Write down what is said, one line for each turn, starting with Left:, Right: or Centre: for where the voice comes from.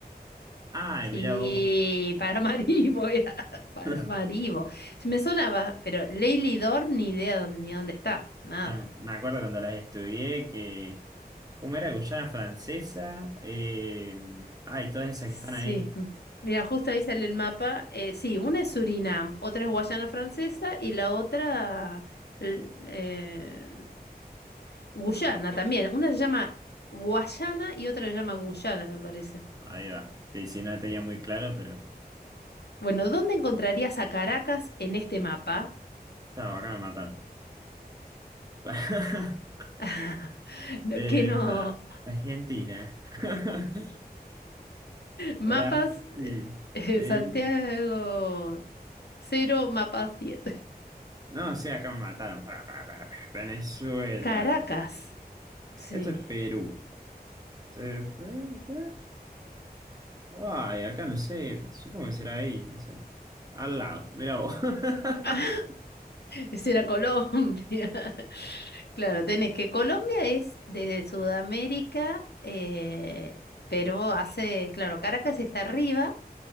Right: Ay,
Left: Sí,
Right: mira vos.
Left: Paramaribo <laughs> era. Paramaribo.
Right: <laughs>
Left: Me sonaba, pero Leilidorp ni idea dónde- ni dónde está. Nada.
Right: Ya me me acuerdo cuando las estudié que. ¿Cómo era Guyana Francesa? Eh, ay, todas esas
Left: Sí.
Right: que están ahí.
Left: m- Mira, justo ahí sale el mapa. Eh, sí, una es Surinam, otra es Guayana Francesa y la otra... l- eh, Guyana también. Una se llama Guayana y otra se llama Guyana, me parece.
Right: Ahí va. Sí, sí, no la tenía muy claro, pero.
Left: Bueno, ¿dónde encontrarías a Caracas en este mapa?
Right: Estaba acá me mataron. <laughs>
Left: <laughs> No,
Right: Eh,
Left: que no.
Right: para. Argentina. <laughs>
Left: Mapas
Right: Brasil,
Left: eh, eh,
Right: Perú.
Left: Santiago cero, mapas 10.
Right: No, sí, acá me mataron. Pará, pará, pará, pará. Venezuela.
Left: Caracas. Sí.
Right: Esto es Perú.
Left: <laughs>
Right: Eh, eh, eh. Ay, acá no sé. Supongo que será ahí, no sé. Al lado, mira vos. <laughs>
Left: Ah, Ese era Colombia. <laughs> Claro, tenés que Colombia es de Sudamérica, eh, pero hace, claro, Caracas está arriba